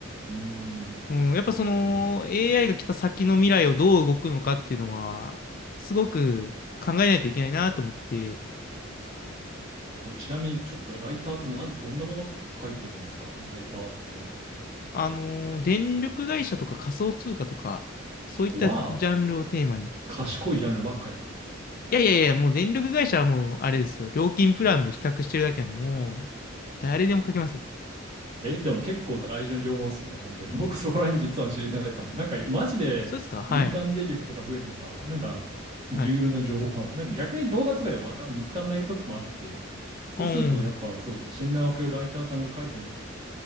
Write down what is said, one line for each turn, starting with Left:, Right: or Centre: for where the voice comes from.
Right: うん。う
Left: うん、
Right: ーん、
Left: やっぱその
Right: 本当に。
Left: AI が来た先の未来をどう動くのかっていうのは、すごく考えないといけないなと思ってて、
Right: これちなみにちょっとライターってなん、どんなもの書いてるんですかライターって。
Left: あの、電力会社とか仮想通貨とか、そういったジャンルをテーマに、
Right: わー賢いジャンルばっかやん。
Left: いやいやいや、もう電力会社はもう、あれですよ。料金プランの比較してるだけなんで、もう、誰でも書けますよ。
Right: え、でも結構大事な情報っすね、本当に。僕そこら辺実は知りたいかも。なんかマジで民間電力とか増えてさ、
Left: そうですかはい。
Right: なんか重要な情報かも。
Left: はい。
Right: なんか逆に動画とかでわかん、見つかんない時もあって、そうするとやっぱそう、
Left: うん。
Right: 信頼を受けるライターさんが書いてると、